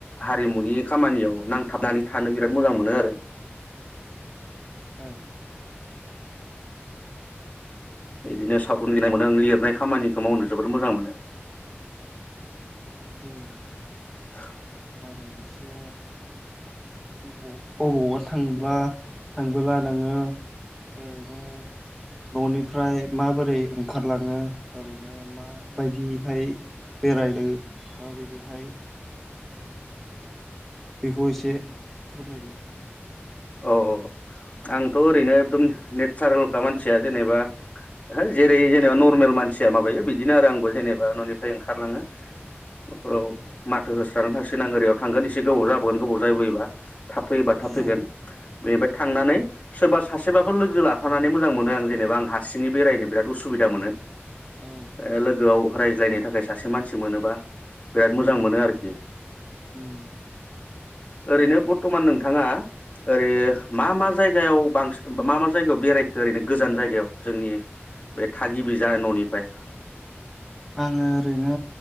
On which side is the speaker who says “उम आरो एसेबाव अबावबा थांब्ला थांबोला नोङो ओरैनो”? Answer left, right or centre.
Centre